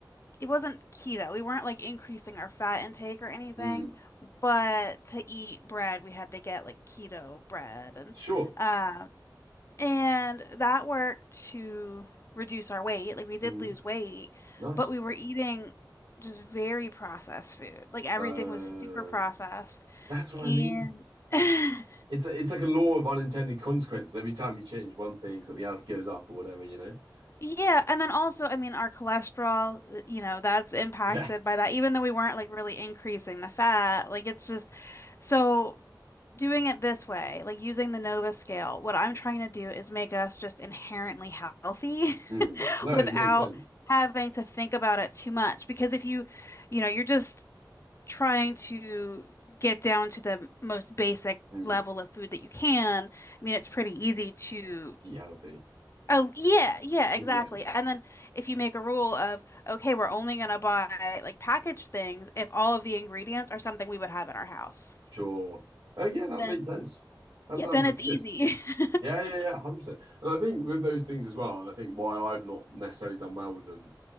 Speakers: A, on the left; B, on the right.
A: it wasn't keto. We weren't like increasing our fat intake or anything,
B: Mm,
A: but to eat bread, we had to get like keto bread and
B: sure.
A: um and that worked to reduce our weight. Like we did
B: hmm
A: lose weight,
B: Nice.
A: but we were eating just very processed food. Like everything
B: Uh,
A: was super processed
B: that's what
A: and
B: I mean.
A: <laughs>
B: It's a, it's like a law of unintended consequences. Every time you change one thing, something else goes up or whatever, you know? <laughs>
A: Yeah, and then also, I mean, our cholesterol, th- you know, that's impacted
B: Yeah.
A: by that, even though we weren't like really increasing the fat. Like, it's just so doing it this way, like using the Nova scale, what I'm trying to do is make us just inherently healthy
B: Mm.
A: <laughs>
B: No,
A: without
B: it makes sense.
A: having to think about it too much. Because if you, you know, you're just trying to get down to the most basic
B: Mm.
A: level of food that you can, I mean, it's pretty easy to.
B: Eat healthy.
A: Oh, yeah, yeah,
B: Eat
A: exactly.
B: aware.
A: And then if you make a rule of, okay, we're only going to buy like packaged things if all of the ingredients are something we would have in our house,
B: Sure. Oh, yeah, that
A: then
B: makes sense. That
A: yeah,
B: sounds
A: then
B: really
A: it's easy.
B: good.
A: <laughs>
B: Yeah, yeah, yeah, 100%. And I think with those things as well, and I think why I've not necessarily done well with them